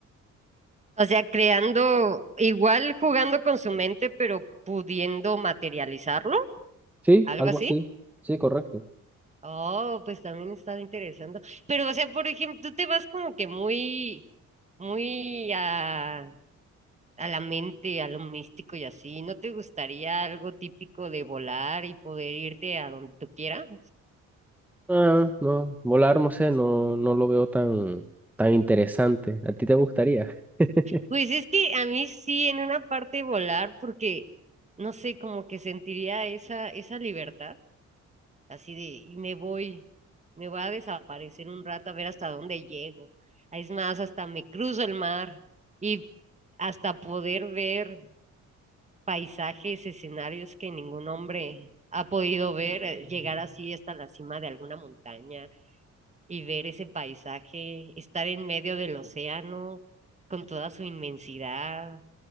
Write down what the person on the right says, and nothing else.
O sea, creando, igual jugando con su mente, pero pudiendo materializarlo,
algo
así.
Oh, pues también está interesante. Pero, o sea, por ejemplo, tú te vas como que muy, muy, a a la mente, a lo místico y así. ¿No te gustaría algo típico de volar y poder irte a donde tú quieras?
Pues es que a mí sí, en una parte volar, porque no sé, como que sentiría esa, esa libertad, así de, y me voy, me voy a desaparecer un rato a ver hasta dónde llego. Es más, hasta me cruzo el mar y hasta poder ver paisajes, escenarios que ningún hombre ha podido ver, eh, llegar así hasta la cima de alguna montaña y ver ese paisaje, estar en medio del océano con toda su inmensidad.